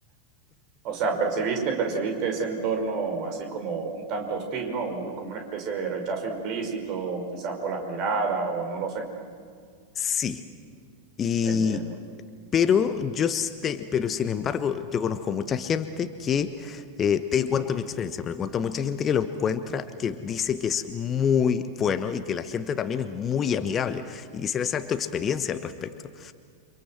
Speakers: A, on the right; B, on the left.
A: O sea, percibiste, percibiste ese entorno así como un tanto hostil, ¿no? Un- como una especie de rechazo implícito, quizás por las miradas o no lo sé.
B: sí. Y,
A: Entiendo.
B: Pero yo, sí te- pero sin embargo, yo conozco mucha gente que, eh, te cuento mi experiencia, pero cuento mucha gente que lo encuentra, que dice que es muy bueno y que la gente también es muy amigable. Y quisiera saber tu experiencia al respecto.